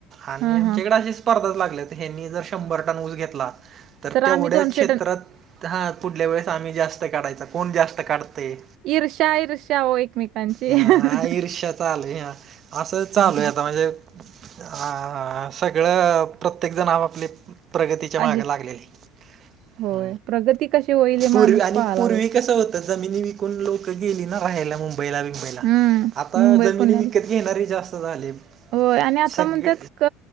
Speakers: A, on the right (about 45°); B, on the right (about 60°).
A: आणि
B: हा
A: आमच्याकडे
B: हा.
A: असेच स्पर्धाच लागल्यात हनी जर शंभर टन ऊस घेतला तर
B: आम्ही
A: तेवढ्याच
B: दोनशे
A: क्षेत्रात
B: टन
A: हा पुुढल्या वेळेस आम्ही जास्त काढायचा कोण जास्त काढतयं.
B: ईर्षा ईर्षा ओ एकमेकांची
A: हा
B: अ हं हं हं.
A: ईर्ष्या चालू आहे हा असं चालू
B: हा.
A: आहे आता म्हणजे आ सगळं प्रत्येकजण आप आपले प्रगतीच्या
B: आहे
A: मागे लागलेली.
B: होय
A: अ
B: प्रगती कशी होईल हे
A: पूर्
B: माणूस
A: आणि
B: पाहा लागला
A: पूर्वी कसं होत जमिनी विकून लोक गेली ना राहियला मुंबईला बिंबईला
B: हम्म
A: आता
B: मुंबई
A: जमिनी
B: पुण्याला
A: विकत घेणारे जास्त झाले.
B: होय आणि आता
A: सगळे
B: म्हणत्यात क